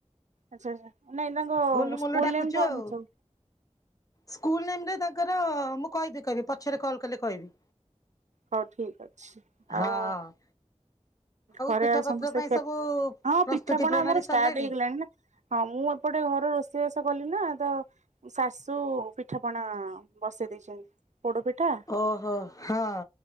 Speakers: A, on the right; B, on the left.
A: ଆଚ୍ଛା ଆଚ୍ଛା, ନାଇଁ ତାଙ୍କ
B: ଗୋଲୁ ମୋଲୁ
A: ସ୍କୁଲ
B: ଡାକୁଛୁ
A: ନେମ୍ କଣ
B: ଆଉ
A: ଦେଇଛ।
B: ସ୍କୁଲ ନେମ୍ ରେ ତାଙ୍କର ମୁଁ କହିବି କହିବି ପଛରେ କଲ୍ କଲେ କହିବି।
A: ହଉ ଠିକ ଅଛି। ଆଉ
B: ହଁ
A: ଘରେ
B: ପିଠାପତ୍ର
A: ଆଉ ସମସ୍ତେ
B: ପାଇଁ
A: ଖିଆ
B: ସବୁ
A: ହଁ,
B: ପ୍ରସ୍ତୁତି
A: ପିଠାପଣା
B: ପ୍ରଣାଳୀ
A: ଆମର ଷ୍ଟାର୍ଟ
B: ସରିଲାଣି?
A: ହେଇଗଲାଣି ନା। ହଁ ମୁଁ ଏପଟେ ଘର ରୋଷେଇବାସ କଲି ନା ତ ଶାଶୁ ପିଠାପଣା ବସେଇ ଦେଇଚନ୍ତି। ପୋଡ ପିଠା
B: ଓହୋ ହଁ।